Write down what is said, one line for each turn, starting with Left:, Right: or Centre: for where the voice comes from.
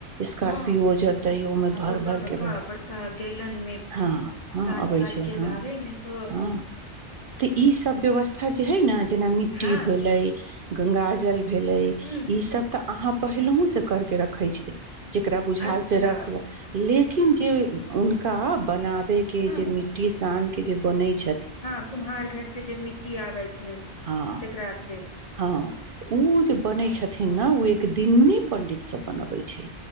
Right: स्कार्पियो
Left: हँ
Right: जेतै ओमे
Left: हँ
Right: भर
Left: तऽ ओतऽ
Right: भर
Left: बड़का
Right: के भर
Left: बड़का गैलन मे
Right: हँ हँ
Left: साज
Right: अबै
Left: साज
Right: छैय
Left: के लाबे
Right: हँ
Left: मे तो
Right: हँ। तऽ ई सब व्यवस्था जे हैय ने जेना मिट्टी
Left: हँ
Right: गंगा जल भेलय
Left: हूँ
Right: ई सब तऽ अहाँ पहिलहो से करके रखै छैय। जेकरा बुझाल
Left: अच्छा
Right: से रखलक लेक जे हुनका बना के
Left: हँ
Right: जे मिट्टी सान के जे बनै छैय।
Left: हँ कुम्हार घर से जे मिट्टी आबै छैय
Right: हँ
Left: सेकरा से।
Right: हँ उ जे बनै छथिन ने ओ एकदिने पंडित सब बनबै छैय।